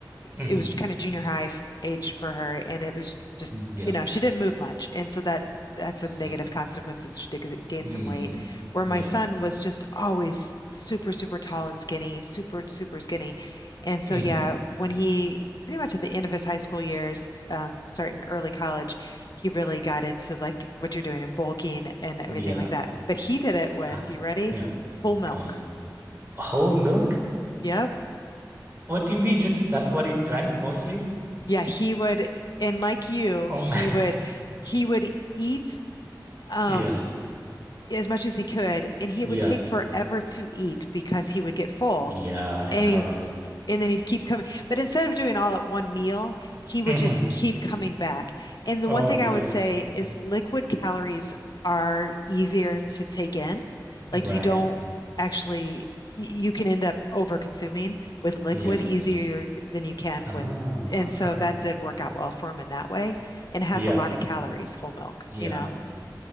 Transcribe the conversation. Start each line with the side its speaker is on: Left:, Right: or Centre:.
Right: hmm
Left: it was kind of junior high f- age for her, and it was just,
Right: Yeah.
Left: you know, she didn't move much, and so that had some negative
Right: Mm,
Left: consequences. She did g- gain
Right: mm,
Left: some weight, where
Right: yeah.
Left: my son was just always super, super tall and skinny, super, super skinny, and so
Right: hmm
Left: yeah, when he pretty much at the end of his high school years, um, starting early college, he really got into like what you're doing and bulking and everything
Right: Yeah.
Left: like that. But he did it with,
Right: Uh,
Left: you ready?
Right: yeah,
Left: Whole milk.
Right: go on. Whole milk?
Left: Yep.
Right: What do you mean? Just that's what he drank mostly?
Left: yeah, he would, and like you,
Right: Oh
Left: he
Right: man,
Left: would he would eat um
Right: <laughs> Yeah.
Left: as much as he could, and he
Right: Yeah.
Left: would take forever to eat because he would get full.
Right: Yeah, it's
Left: And
Right: horrible.
Left: and then he'd keep coming. But instead of doing all at one meal, he would
Right: hmm
Left: just keep coming back. And the
Right: Oh
Left: one thing
Right: man.
Left: I would say is liquid calories are easier to take in.
Right: Right.
Left: Like you don't actually, y- you can end up over consuming with liquid
Right: Yeah.
Left: easier than you can
Right: Ah,
Left: with. And so
Right: uh-huh.
Left: that did work out well for him in that way and it has
Right: Yeah.
Left: a lot of calories, whole milk,
Right: Yeah.
Left: you know.